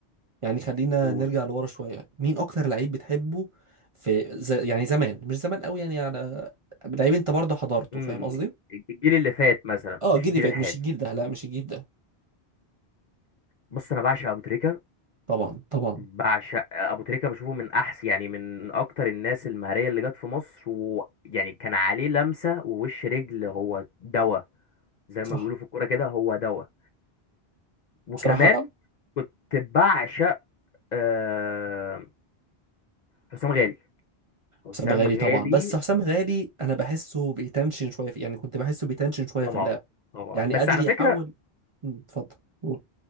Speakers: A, on the right (about 35°); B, on the left (about 50°).
A: يعني خلينا
B: قول
A: نرجع لورا شوية مين أكتر لعيب بتحبه في زي يعني زمان مش زمان قوي يعني على لعيب أنت برضه حضرته
B: امم
A: فاهم قصدي؟
B: الجيل اللي فات مثلا
A: أه
B: مش
A: الجيل
B: الجيل
A: اللي فات
B: الحالي
A: مش الجيل ده لا مش الجيل ده
B: بص أنا بعشق أبو تريكة
A: طبعا طبعا
B: بعشق أبو تريكة بشوفه من أحسن يعني من أكتر الناس المهرية اللي جت في مصر ويعني كان عليه لمسة ووش رجل هو دواء زي ما
A: صح
B: بيقولوا في الكورة كده هو دواء وكمان
A: بصراحة
B: كنت بعشق آه، حسام غالي حسام
A: حسام غالي
B: غالي
A: طبعا بس حسام غالي أنا بحسه بيتنشن شوية في يعني كنت بحسه بيتنشن شوية
B: طبعا
A: في اللعب
B: طبعا
A: يعني
B: بس
A: قادر
B: على
A: يحول
B: فكرة
A: مم، اتفضل قول